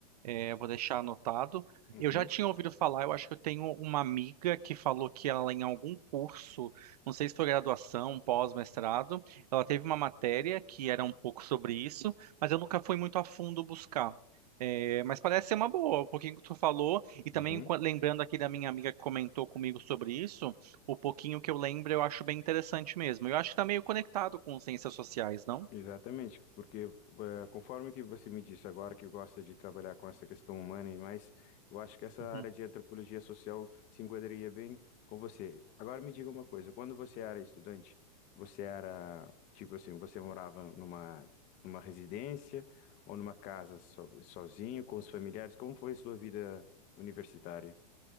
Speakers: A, on the right (about 70°); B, on the left (about 35°).
A: Eu vou deixar anotado.
B: Uhum,
A: Eu já tinha ouvido falar, eu acho que eu tenho uma amiga que falou que ela, em algum curso, não sei se foi graduação, pós-mestrado, ela teve uma matéria que era um pouco sobre isso, mas eu nunca fui muito a fundo buscar. É, mas parece ser uma boa, o pouquinho que tu falou, e também
B: uhum.
A: qua- lembrando aqui da minha amiga que comentou comigo sobre isso, o pouquinho que eu lembro eu acho bem interessante mesmo. Eu acho que tá meio conectado com ciências sociais, não?
B: Exatamente, porque eh, conforme que você me disse agora que gosta de trabalhar com essa questão humana e mais, eu acho que essa
A: Uhum.
B: área de antropologia social se enquadraria bem com você. Agora me diga uma coisa, quando você era estudante, você era, tipo assim, você morava numa, numa residência ou numa casa so, sozinho, com os familiares? Como foi a sua vida universitária